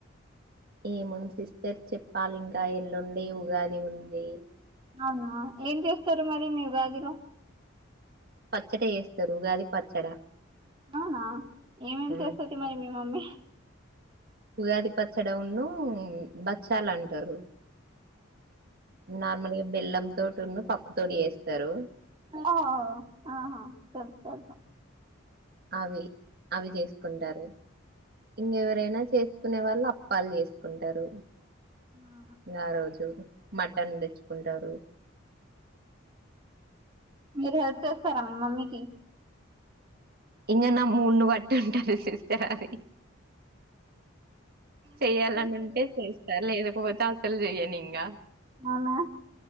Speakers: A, on the right; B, on the right.
A: ఏముంది సిస్టర్ చెప్పాలి ఇంకా ఎల్లుండే ఉగాది ఉంది
B: అవునా ఏం చేస్తారు మరి మీ ఉగాదిలో
A: పచ్చడి చెస్తారు ఉగాది పచ్చడ
B: అవునా ఏమేం
A: ఉమ్,
B: చేస్తది. మరి మీ మమ్మీ
A: ఉగాది పచ్చడడి వున్నబచ్చాల అంటారు
B: ఉ
A: నార్మల్ గా బెల్లం తోటివున్నుపప్పు తోటి చెస్తారు
B: ఓ ఆహా తెలుసు తెలుసు
A: అవి అవి చేసుకుంటారు ఇంగేవరైనా చేసుకునే వాళ్ళం అప్పాలు చేసుకుంటారు
B: ఆ
A: ఆ రోజు మటన్ తెచ్చుకుంటారు
B: మీరు హెల్ప్ చేస్తారా మీ మమ్మీకి
A: ఇంగ నా మూడ్ను బట్టి ఉంటాది సిస్టర్ అది
B: ఏం
A: చెయ్యాలని
B: పచ్చడేస్తది
A: ఉంటే
B: మరి
A: చేస్తా లేకపో టాస్కులు చేయనింగ
B: అవున